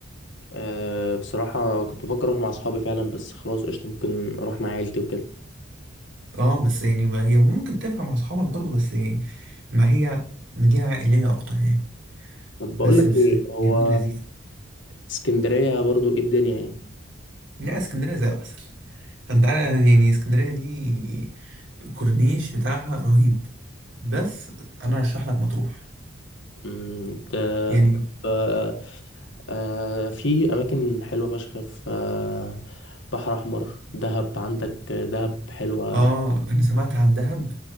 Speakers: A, on the left (about 65°); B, on the right (about 70°).
A: أه بصراحة كنت بفكر أروح مع أصحابي فعلا بس خلاص قشطة ممكن أروح مع عيلتي وكده
B: اه بس يعني ما هي ممكن تنفع مع اصحابك برضو بس ما هي مدينة عائلية اكتر يعني
A: طب
B: بس
A: بقول لك
B: بس
A: إيه هو
B: جميلة لذيذة
A: اسكندرية برضو إيه الدنيا يعني
B: لا اسكندرية زي العسل انت عارف يعني اسكندرية دي الكورنيش بتاعها رهيب بس انا ارشح لك مطروح
A: أمم، ده-
B: يعني
A: طب آه، آه، في أماكن حلوة فشخ في آه، بحر أحمر دهب عندك دهب حلوة
B: اه انا سمعت عن دهب